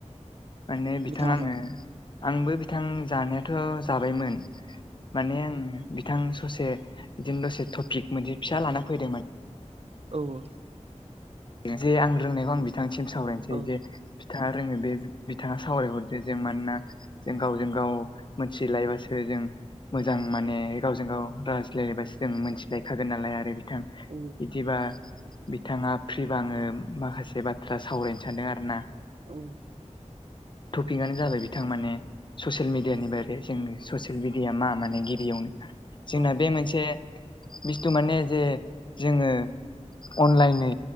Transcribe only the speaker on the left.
माने बिथां
आङो आंबो बिथां जानायाथ' जाबायमोन माने आङो बिथां ससे बिदिनो दसे टपिक मोनसे फिसा लाना फैदोंमोन
जे आं रोंनायखौ आं बिथांसिम सावरायनोसै
जे बिथाङा रोङो बे बिथाङा सावरायहरदो जों मानोना जों गावजों गाव मोनथिलायबासो जों मोजां माने गावजों गाव रायज्लायलायबासो जों मोनथिलायखागोन नालाय आरो बिथां
बिदिबा बिथाङा फ्रिब आङो माखासे बाथ्रा सावरायनो सानदों आरो ना
टपिकआनो जाबाय बिथां माने ससियेल मिडियानि बारै जों ससियेल मिडिया मा माने गिबियावनो जोंना
बे मोनसे बुस्थु माने जे जोङो अनलाइनै